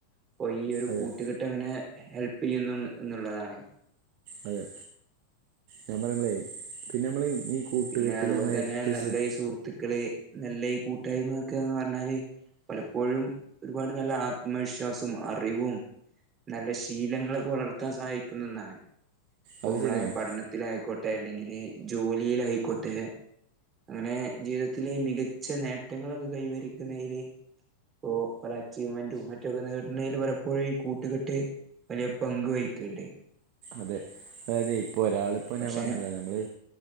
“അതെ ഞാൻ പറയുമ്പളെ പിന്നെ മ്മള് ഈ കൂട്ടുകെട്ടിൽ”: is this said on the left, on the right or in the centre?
Right